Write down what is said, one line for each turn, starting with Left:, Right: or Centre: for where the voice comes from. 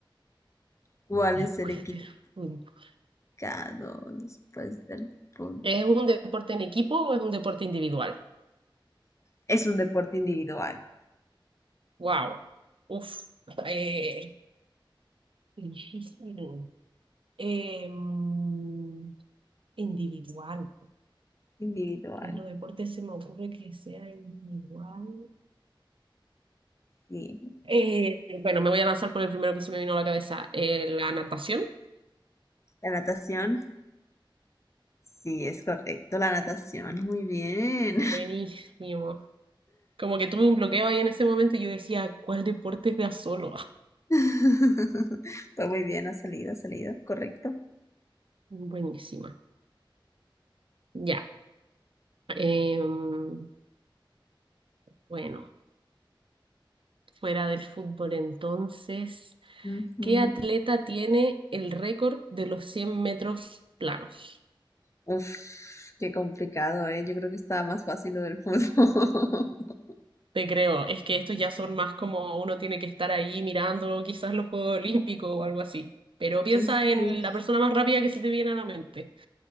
Left: ¿cuál
Right: después
Left: es el equipo?
Right: del fútbol.
Left: Claro, después del punto.
Right: ¿Es un deporte en equipo o es un deporte individual?
Left: Es un deporte individual,
Right: Wow. Uf. Eh, difícil. Em, individual.
Left: individual,
Right: ¿Qué otro deporte se me ocurre que sea individual?
Left: sí.
Right: Eh, bueno, me voy a lanzar por el primero que se me vino a la cabeza. Eh, la natación.
Left: La natación, sí, es correcto, la natación, muy bien.
Right: Buenísimo. Como que tuve un bloqueo ahí en ese momento y yo decía, ¿cuál deporte es de a solo?
Left: <laughs> Pues muy bien, ha salido, ha salido, correcto.
Right: <laughs> Buenísima. Ya. Em, bueno, fuera del fútbol entonces,
Left: Ujú.
Right: ¿qué atleta tiene el récord de los 100 metros planos?
Left: Uf, qué complicado, ¿eh? Yo creo que estaba más fácil lo del fútbol. <laughs>
Right: Te creo, es que estos ya son más como uno tiene que estar ahí mirando quizás los Juegos Olímpicos o algo así, pero piensa
Left: Sí.
Right: en la persona más rápida que se te viene a la mente.